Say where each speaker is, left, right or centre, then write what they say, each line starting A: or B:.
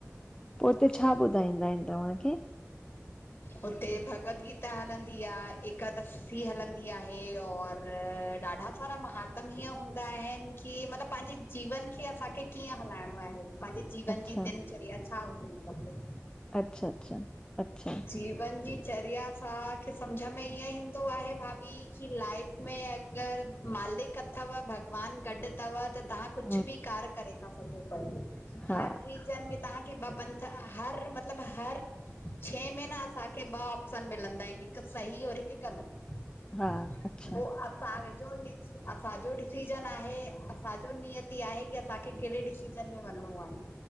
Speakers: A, on the left; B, on the left.
A: पो उते छा ॿुधाईंदा आहिन तव्हांखे?
B: उते भगवत गीता हलंदी आ, एकादशी हलंदी आहे और ॾाढा सारा महात्म हीअं हूंदा आहिन कि मतलब पंहिंजे जीवन खे असांखे कीअं हलाइणो आहे। पंहिंजे जीवन
A: अच्छा
B: जी दिनचर्या छा हुजण खपे?
A: अच्छा, अच्छा, अच्छा।
B: जीवन जी चर्या असांखे सम्झ में ईअं ईंदो आहे भाभी की लाइफ में अगरि मालिक अथव भॻवानु गॾु तव त तां कुछु
A: हम्म
B: बि कार्य करे ता सघो पया,
A: हा
B: हर रीज़िन में तव्हांखे ॿ पंथ त हर मतिलब हर छें महिना असांखे ॿ ऑप्शन मिलंदा आहिनि हिकु सही और हिकु ग़लति।
A: हा अच्छा
B: पो अब तां विझो मिक्स असांजो डिसीज़न आहे असांजो नियति आहे की असां कि कहिड़े डिसीजन में वञिणो आहे।